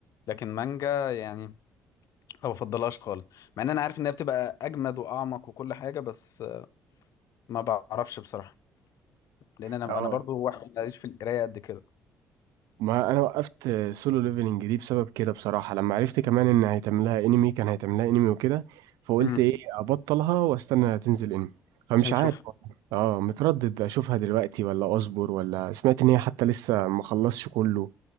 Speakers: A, on the left; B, on the right.
A: لكن مانجا يعني ما بفضلهاش خالص مع ان انا عارف انها بتبقى اجمد واعمق وكل حاجة بس ما بعرفش بصراحة لان انا
B: اه
A: انا برضو واحد ماليش في القراية قد كده
B: ما انا وقفت سولو ليفلنج دي بسبب كده بصراحه لما عرفت كمان ان هيتعمل لها انمي كان هيتعمل لها انمي وكده فقلت
A: امم
B: ايه ابطلها واستنى تنزل انمي فمش
A: عشان
B: عارف
A: تشوف
B: والله. اه متردد اشوفها دلوقتي ولا اصبر ولا سمعت ان هي حتى لسه ما خلصش كله